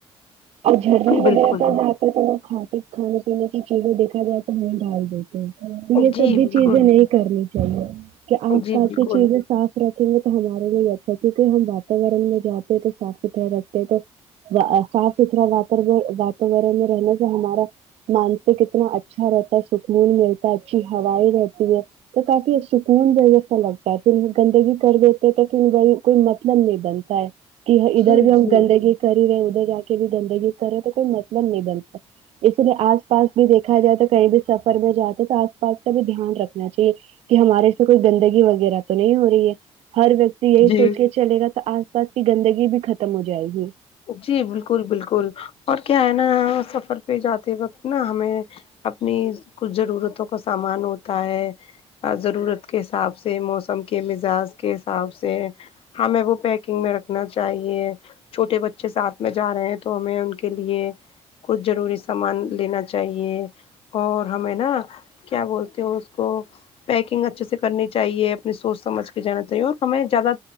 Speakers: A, on the right; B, on the left.
A: اور جھرنے وغیرہ
B: بالکل
A: پر ج تو کھط کھانے پینے کی چیزیں دیکھا جائے تو ہو ڈا ہو ج یہ
B: جی
A: سب بھی
B: بالکل
A: چیزیں نہیں کرنی چاہیے کہ آس
B: جی
A: پاس
B: بالکل
A: کی چیزیں صاف رکھیں گے تو ہمارے لیے اچھا ہے کیونکہ ہم واتاورن میں جاتے ہیں تو صاف ستھرا رکھ تو صاف ستھرا وتا واتورن میں رہنے سے ہمارا مانسک اتنا اچھا رہتا ہے سکون ملتا ہے اچھی ہویں رہتی ہے تو کافی ایک سکون جیسا لگتا ہے پھر گندگی کر دی کہ کوئی مطلب نہیں بنتا ہے کہ ادھر
B: جی
A: بھی ہم
B: جی
A: گندگی کری رہے ادھر جا کے بھی گندگی کرے تو کوئی مطلب نہیں بن اسی لیے آس پاس بھی دیکھا جائے تو کہیں بھی سفر میں جاتے ہیں تو آس پاس کا بھی دھیان رکھنا چاہیے کہ ہمارے سے کوئی گندگی وغیرہ تو نہیں ہو رہی ہے ہر و یکتی یہی
B: جی
A: سوچ کے چلے گا تو آس پاس کی گندگی بھی ختم ہو جائے گی
B: جی بالکل بالکل اور کیا ہے نا سفر پہ جاتے وقت نا ہمیں اپنی کچھ ضرورتوں کا سامان ہوتا ہے ضرورت کے حساب سے موسم کے مزاج کے حساب سے ہمیں وہ پیکنگ میں رکھنا چاہیے چھوٹے بچ ے ساتھ میں جا رہے ہیں تو ہمیں ان کے لیے کچھ ضروری سامان لینا چاہیے اور ہمیں نا کیا بولتے ہو اس کو پیکنگ اچھے سے کرنی چاہیے اپنی سوچ سمجھ کے جانا چاہیے اور ہمیں زیادہ